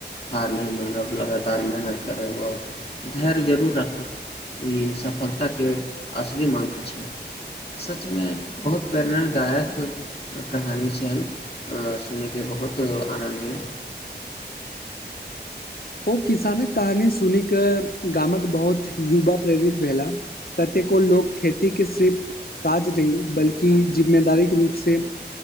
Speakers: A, on the left (about 30°); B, on the left (about 60°).
A: हार नहि मानब लगातार मेहनत करब आओर धैर्य जरूर राखब ई सफलताके असली मन्त्र छै सचमे बहुत प्रेरणादायक कहानी छनि आ सुनिके बहुत आनन्द
B: ओ किसानक कहानी सुनि कऽ गामक बहुत युवा प्रेरित भेला कतेको लोक खेतीके सिर्फ काज रही बल्कि जिम्मेदारीक रूपसँ